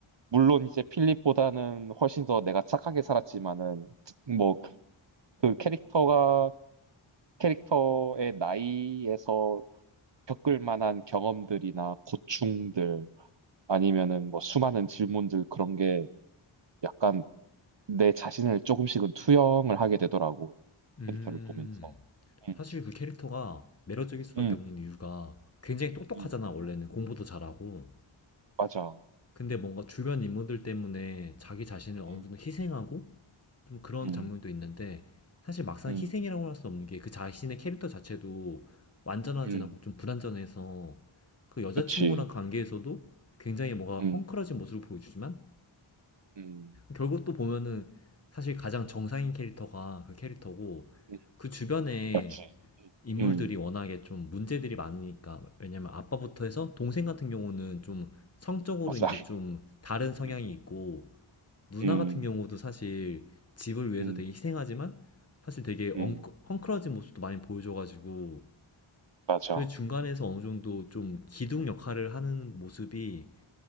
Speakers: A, on the right; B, on the left.
A: 물론 이제 필립보다는 훨씬 더 내가 착하게 살았지만은 뭐 그 캐릭터가 캐릭터의 나이에서 겪을 만한 경험들이나 고충들 아니면은 뭐 수많은 질문들 그런 게 약간 내 자신을 조금씩은 투영을 하게 되더라고
B: 음,
A: 캐릭터를 보면서 음,
B: 사실 그 캐릭터가 매력적일 수밖에
A: 음,
B: 없는 이유가 굉장히 똑똑하잖아,
A: 음,
B: 원래는. 공부도 잘하고.
A: 맞아
B: 근데 뭔가 주변 인물들 때문에 자기 자신을 어느
A: 음,
B: 정도 희생하고 좀 그런
A: 음,
B: 장면도 있는데 사실 막상
A: 음,
B: 희생이라고 할 수 없는 게 그 자신의 캐릭터 자체도 완전하진
A: 음,
B: 않고 좀 불완전해서 그 여자친구랑
A: 그치
B: 관계에서도 굉장히 뭔가
A: 음,
B: 헝클어진 모습을 보여주지만
A: 음,
B: 결국 또 보면은 사실 가장 정상인 캐릭터가 그 캐릭터고
A: 음,
B: 그 주변에
A: 맞지 음,
B: 인물들이
A: 음,
B: 워낙에 좀 문제들이 많으니까 왜냐면 아빠부터 해서 동생 같은 경우는 좀 성적으로
A: 맞아
B: 이제 좀 다른 성향이
A: 음,
B: 있고 누나
A: 음.
B: 같은 경우도 사실 집을 위해서
A: 음,
B: 되게 희생하지만 사실 되게
A: 음,
B: 엉크, 헝클어진 모습도 많이 보여줘가지고
A: 맞아.
B: 그 중간에서 어느 정도 좀 기둥 역할을 하는 모습이